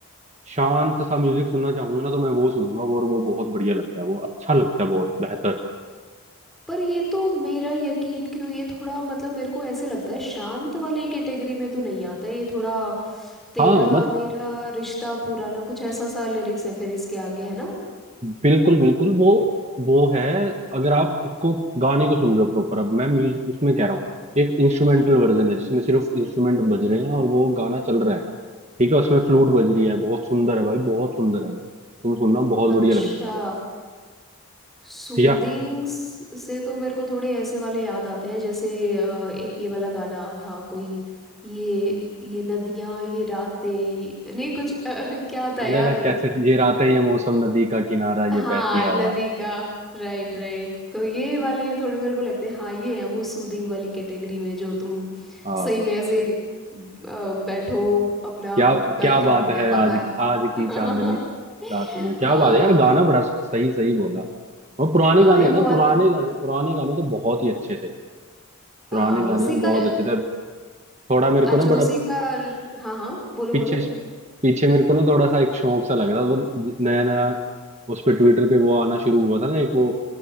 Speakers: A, on the right; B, in the centre.
A: शांत सा म्यूजिक सुनना चाहूंगा ना तो मैं वो सुनूंगा वो और वो बहुत बढ़िया लगता है वो अच्छा लगता है बहुत बेहतर
B: पर ये तो मेरा यकीन क्यों ये थोड़ा मतलब मेरे को ऐसे लगता है शांत वाली कैटेगरी में तो नहीं आता है ये थोड़ा तेरा
A: हाँ
B: मेरा रिश्ता पुराना कुछ ऐसा सा लिरिक्स है फिर इसके आगे है ना
A: बिल्कुल बिल्कुल वो वो है अगर आप उसको गाने को सुन रहे हो प्रॉपर अब मैं म्यूजिक उसमें कह रहा हूँ एक इंस्ट्रूमेंटल वर्जन है जिसमें सिर्फ इंस्ट्रूमेंट बज रहे हैं और वो गाना चल रहा है ठीक है उसमें फ्लूट बज रही है बहुत सुंदर है भाई बहुत सुंदर है वो तुम सुनना बहुत
B: अच्छा
A: बढ़िया लगेगा वो
B: सूदिंग
A: या
B: से तो मेरे को थोड़े ऐसे वाले याद आते हैं जैसे अ, एक ये वाला गाना था कोई ये ये नदियां ये रातें ये- नहीं कुछ अ, <laughs> क्या था
A: इन्हें
B: यार
A: था कैसे ये रातें ये मौसम नदी का किनारा
B: हाँ
A: ये बहती हवा
B: नदी का राइट राइट तो ये वाले थोड़े मेरे को लगते हैं हाँ ये हैं वो सूदिंग वाली कैटेगरी में जो तुम
A: हाँ
B: सही में ऐसे अ, बैठो अपना
A: क्या
B: बालकनी
A: क्या बात
B: में या
A: है आज
B: बाहर
A: आज की
B: <laughs>
A: चांदनी रात में क्या
B: हाँ
A: बात है यार गाना बड़ा सही सही बोला और पुराने
B: हाँ
A: गाने
B: ये
A: हैं
B: बहुत
A: ना पुराने गाने पुराने गाने तो बहुत ही अच्छे थे
B: हाँ
A: पुराने गाने
B: उसी
A: में बहुत
B: का
A: अच्छे थे थोड़ा मेरे को
B: अच्छा
A: ना
B: उसी
A: बड़ा
B: का हाँ हाँ बोलो
A: पीछे
B: बोलो
A: पीछे मेरे को ना थोड़ा सा एक शौक सा लग रहा था वो नया नया उस पे ट्विटर पे वो आना शुरू हुआ था ना एक वो